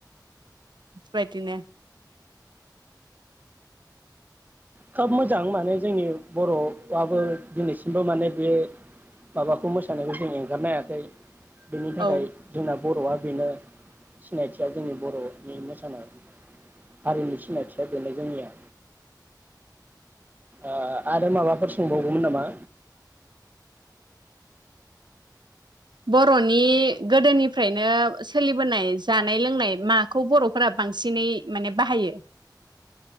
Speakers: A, on the right (about 80°); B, on the right (about 25°).
A: बायदिनो <inaudible>
B: खोब मोजां माने जोंनि बर'आबो दिनैसिमबो माने बे माबाखौ मोसानायखौ जों एंगारनो हायाखै। बेनि थाखाय
A: औ
B: जोंना बर'आ बेनो <inaudible> सिनायथिया जोंनि बर'नि मोसानाय हारिनि सिनायथिया बेनो जोंनिया। ओ आरो माबाफोर सोंबावगौमोन नामा?
A: बर'नि गोदोनिफ्रायनो सोलिबोनाय जानाय लोंनाय माखौ बर'फोरा बांसिनै माने बाहायो?